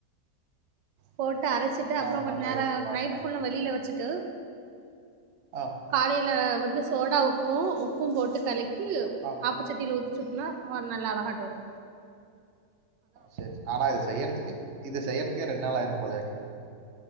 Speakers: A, on the right; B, on the right.
A: போட் டு அரச்சிட்டு
B: அப்ப
A: அப்றோ
B: நா ஒரு
A: கொட்
B: நாள் ட்ரை
A: நேர
B: பண்ணி பாக்குறே
A: நைட் ஃபுல்லு வெளில வச்சிட்டு
B: ஆ
A: காலைல வந்து சோடா உப்பு உப்பும் போட்டு கலக்கி
B: ஆ
A: ஆப்பச்சட்டில ஊத்தி சுப்னா ஓ நல்ல அழகாட் வரு
B: சேர்ஸ் ஆனா இது செய்யற்த்துக்கே இது செய்யற் இங்கே ரெண்னால் ஆயிரு போலயேக்கு